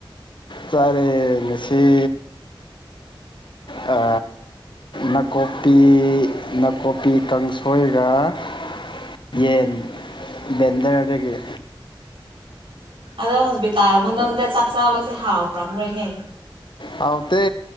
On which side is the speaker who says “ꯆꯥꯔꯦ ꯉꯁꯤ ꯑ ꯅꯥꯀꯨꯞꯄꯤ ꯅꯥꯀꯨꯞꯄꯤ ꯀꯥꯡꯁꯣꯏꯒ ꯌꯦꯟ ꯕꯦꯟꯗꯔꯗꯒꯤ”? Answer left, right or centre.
Left